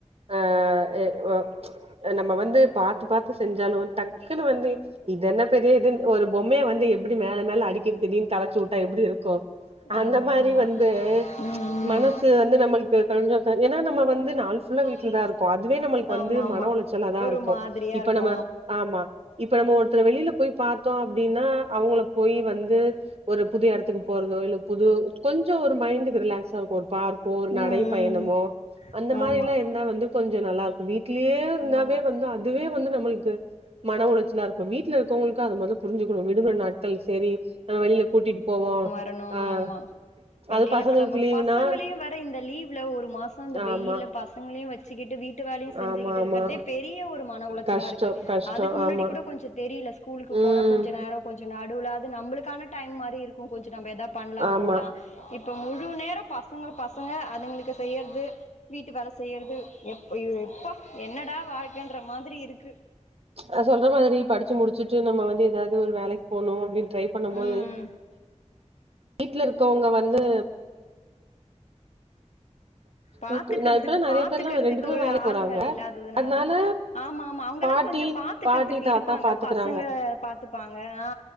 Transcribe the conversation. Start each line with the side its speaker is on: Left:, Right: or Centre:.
Right: அ எ ஒ நம்ம வந்து பாத்து பாத்து செஞ்சாலு டக்குன்னு வந்து இது என்ன பெரிய இதுன் ஒரு பொம்மையை வந்து எப்டி மேல மேல அடிக்கி திடீனு கலைச்சு விட்டா எப்படி இருக்கு அந்த
Left: ஆமா
Right: மாரி
Left: ஆமா
Right: வந்து
Left: ம்
Right: மனசு வந்து நம்மளுக்கு கொஞ்சோ ஏனா வந்து நாள் ஃபுல்லா வீட்லதா
Left: ம்
Right: இருக்கு அதுவே நம்மளுக்கு
Left: ஆமா
Right: வந்து
Left: ஆமா
Right: மனஒளச்சலாதா
Left: ஒரு
Right: இருக்கு
Left: மாதிரியா
Right: இப்ப
Left: இருக்கு
Right: நம்ம ஆமா இப்ப நம்ம ஒருத்தர வெளில போய் பாத்தோ அப்டின்னா அவுங்கள போய் வந்து ஒரு புது எடத்துக்கு போறதோ இல்ல புது கொஞ்சோ ஒரு மைண்டுக்கு ரிலாக்ஸா இருக்கு ஒரு பார்க்கோ ஒரு நடை
Left: ம்
Right: பயணமோ
Left: ம்
Right: அந்த மாரில்லா
Left: ஆமா
Right: இருந்தா வந்து கொஞ்சோ நல்லா இருக்கு வீட்லயே இருந்தாவே
Left: ஆமா
Right: வந்து அதுவே வந்து நம்மளுக்கு மன உளைச்சலா இருக்கு வீட்ல இருக்கறவங்களுக்கு அத மொத புரிஞ்சுக்கணு விடுமுறை நா ட்கள் செரி நாம வெளில கூட்டிட்டு போவோ
Left: ட்டனு
Right: ஆ
Left: ஆமா வெளில
Right: அது பசங்களுக்கு
Left: இப்ப நம்ம
Right: லீவுனா
Left: பசங்களே வேற இந்த லீவ்ல ஒரு மாசோ இந்த வெய்யில
Right: ஆமா
Left: பச ங்களயு வெச்சுகிட்டு வீட்டு வேலையு செஞ்சுகிட்டு
Right: ஆமா ஆமா
Left: இருக்கிறதே பெரிய ஒரு மன உளைச்சலா
Right: கஷ்டோ
Left: இருக்கு
Right: கஷ்டோ
Left: அதுக்கு முன்னாடி
Right: ஆமா
Left: கூட கொஞ்சோ தெரில ஸ்கூலுக்கு
Right: ம்
Left: போனா கொஞ்சோ நேரோ கொஞ்சோ நடுவுல அது நம்மளுக்கான டைம் மாரி இரு கொஞ்சோ நம்ம எதா பண்லா
Right: ஆமா
Left: போலா இப்ப முழு நேரோ பசங்க பசங்க அதுங்களுக்கு செய்யறது வீட்டு வேல செய்யறது எப் இப்ப என்னடா வாழ்க்கன்ற மாரி இருக்கு
Right: அ சொல்ற மாதிரி படிச்சு முடிச்சுட்டு நம்ம வந்து எதாவது ஒரு வேலைக்கு போணு அப்டின்னு ட்ரை பண்ணும்போது
Left: ம்
Right: வீட்ல இருக்கவுங்க வந்து
Left: பாத்துக்கறதுக்கு
Right: ஊக்கு நா இப்பல்லா நெறைய
Left: பாத்துக்கறதுக்கு
Right: பேர்லா ரெண்டு பேருமே
Left: ஒரு
Right: வேலைக்கு
Left: ஆளுங்கள்
Right: போறாங்க
Left: இல்லாததுனாலதா
Right: அதனால
Left: ஆமாமா அவுங்கல்லா
Right: பாட்டி
Left: கொஞ்சோ பாத்துக்கறதுக்கு
Right: பாட்டி தாத்தா
Left: இருப்பாங்க
Right: பாத்துக்கறாங்க
Left: பசங்க பாத்துப்பாங்க ஆ